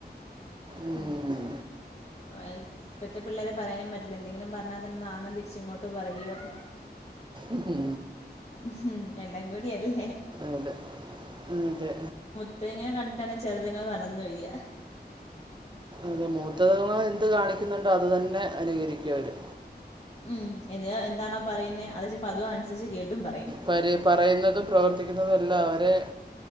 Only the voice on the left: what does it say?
<unintelligible>
ഇപ്പഴത്തെപിള്ളേരെപറയാനും പറ്റില്ല എന്തെങ്കിലും പറഞ്ഞാൽ തന്നെ നാലെണ്ണം തിരിച്ച ഇങ്ങോട്ട് പറയും.
ഉഫ് എല്ലാംകൂടി അല്ലേ
മൂത്തയ്ങ്ങളെ കണ്ടാണ്ചെറിതേങ്ങള് വളർന്നുവരാ
ഉം എന്തിനാ എന്താണോപറയുന്നേ അതയിച്ചപ്പോ അതും അനുസരിച്ച് കേട്ടുംപറയും.